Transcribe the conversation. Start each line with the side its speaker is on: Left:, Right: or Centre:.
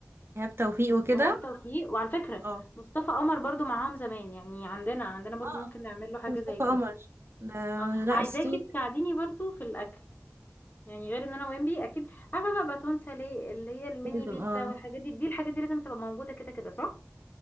Right: توفيق وكده
Left: وهاب توفيق وعلى فكرة
Right: اه
Left: مصطفى قمر برضو معاهم زمان يعني عندنا عندنا برضو
Right: اه
Left: ممكن نعمل له حاجة
Right: مصطفى
Left: زي
Right: قمر
Left: كده
Right: ده
Left: اه
Right: لا
Left: عايزاكي
Right: السود
Left: تساعديني برضو في الاكل يعني غير ان انا ويمبي اكيد عارفه بقى باتون ساليه اللي هي الميني
Right: لازم
Left: بيتزا
Right: اه
Left: والحاجات دي دي الحاجات دي لازم تبقى موجوده كده كده صح